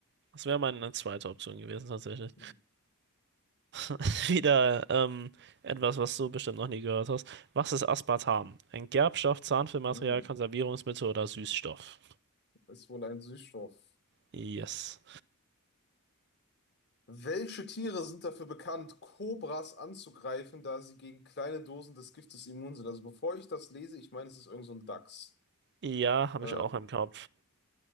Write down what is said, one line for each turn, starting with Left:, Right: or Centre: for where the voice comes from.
Right: das wäre meine zweite Option gewesen tatsächlich.
Left: Hm.
Right: <laughs> Wieder ähm, etwas, was du bestimmt noch nie gehört hast. Was ist Aspartam? Ein Gerbstoff, Zahnfüllmaterial,
Left: Hm.
Right: Konservierungsmittel oder Süßstoff?
Left: Ist wohl ein Süßstoff.
Right: Yes.
Left: Welche Tiere sind dafür bekannt, Kobras anzugreifen, da sie gegen kleine Dosen des Giftes immun sind? Also bevor ich das lese, ich meine, es ist irgend so ein Dachs.
Right: Ja, habe
Left: Äh,
Right: ich auch im Kopf.